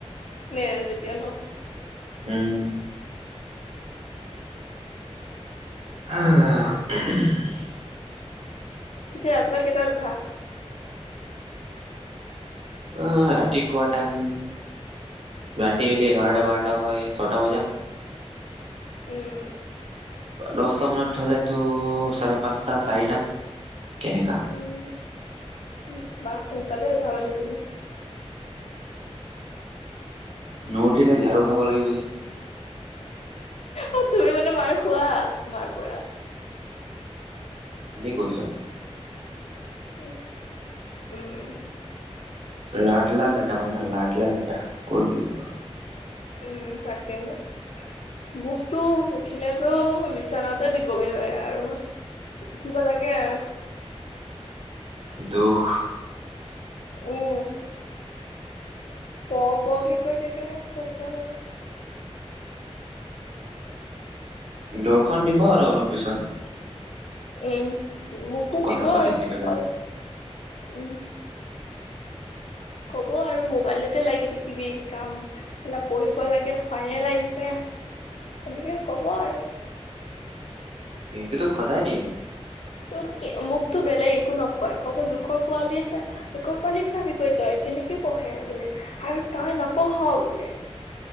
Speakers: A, on the left; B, on the right.
A: নে যেতিয়া ন'।
B: উম, <inaudible>
A: পিছে ৰাতিপুৱা কেইটাত উঠা?
B: অ', ৰাতি খোৱা টাইম ৰাতি যদি এঘাৰটা বাৰটা হয় ছটা বজা।
A: উম।
B: দহটা মানত হলেতো চাৰে পাঁচটা চাৰিটা। তেনেকা
A: উম, উম, বাহ! সোনকালে উঠা মানে তুমি?
B: নুউঠিলে ঝাৰু খাব লাগিব যে।
A: অ, তুমি মানে মাৰ খোৱা মাৰ পৰা?
B: গৈছা?
A: উম, উম
B: লাডলা বেটা হয় না লাডলা বেটা ক'ত <unintelligible>
A: উম, তাকে <unintelligible> মোকতো উুঠিলেতো বিচনাতে দিবগৈ লয় আৰু মই উঠিব লাগে আৰু।
B: দুখ।
A: উম। পঢ় পঢ় বুলি কৈ থাকে আৰু, পঢ়িব লাগে।
B: দৰ্শন দিব আৰু অলপ পিছত।
A: উম, মোকো
B: কথা
A: দিব আৰু
B: পাতি থাকিলে
A: অলপ, উম। <unintelligible> ক'ব আৰু মোবাইলতে লাগি থাকিবি কাম <unintelligible> পঢ়িব লাগে ফাইনেল আহিছে। তেনেকে কব আৰু।
B: এটো তোক সদায় দিয়ে।
A: ত মোকতো বেলেগ একো নকয় ক'ব লোকৰ পোৱালি চ লোকৰ পোৱালীক চাবি গৈ তই। কেনেকে পঢ়ে বোলে আৰু তই নপঢ় বোলে।